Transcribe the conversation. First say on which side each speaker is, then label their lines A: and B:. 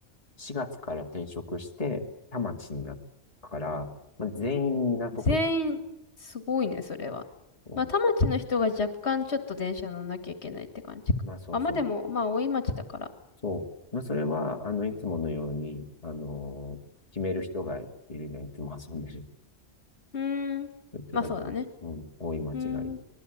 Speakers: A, on the left (about 30°); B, on the left (about 70°).
A: 4月から転職して、田町になったから、まあ、全員港区
B: 全員、すごいね、それは。
A: そ
B: まあ、田町の人が若干ちょっと電車乗んなきゃいけないって感じか。
A: うまあそうそう。
B: あ、まあでも、まあ、大井町だから。
A: そう。まあそれは、あの、いつものように、あの決める人がいるじゃん。いつも遊んでる。
B: うーん。
A: <laughs> そういう人が決める。
B: まあそうだね。
A: うん。多い間違い。
B: うーん。